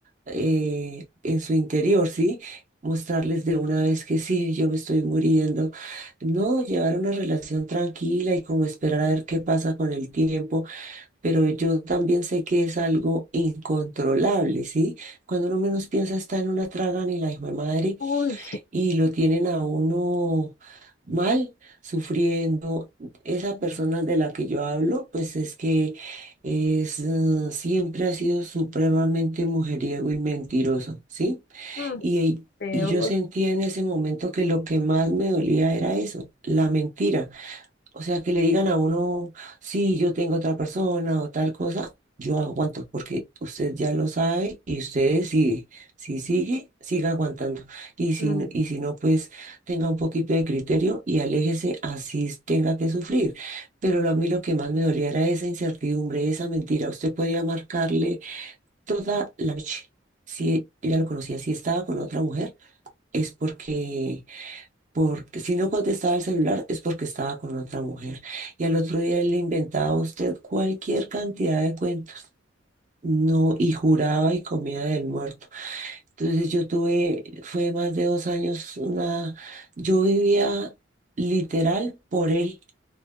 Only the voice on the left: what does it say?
Uy,
mm,
peor.
mm,